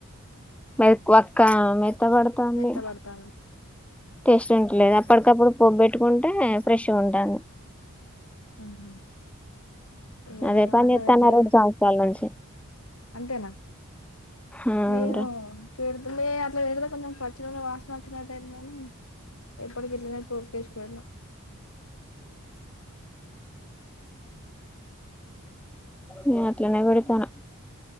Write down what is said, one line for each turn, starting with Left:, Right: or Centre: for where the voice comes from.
Centre: మెక్ ఒక్క ఇష్ట పడతాంది
Left: మెత్తబడతాంది
Centre: టేస్ట్ ఉంటలేదు అప్పటికప్పుడు పొబెట్టు కుంటే ఫ్రెష్గ ఉంటాను
Left: హమ్మ్ ఇంకా
Centre: అదే
Left: మేము
Centre: పని
Left: అట్ల
Centre: చేత్తన్న
Left: ఎట్ల
Centre: రెండు సంవత్సరాల నుంచి
Left: అంతేనా
Centre: ఉమ్
Left: మేము
Centre: రా
Left: మేం లేదులే కొంచం పచ్చి నూనె వాసన వచ్చినట్టు ఐంది కాని ఎప్పుడుకి ఇట్లనే కాస్పెట్ <inaudible>
Centre: న అట్లనే పెడితనా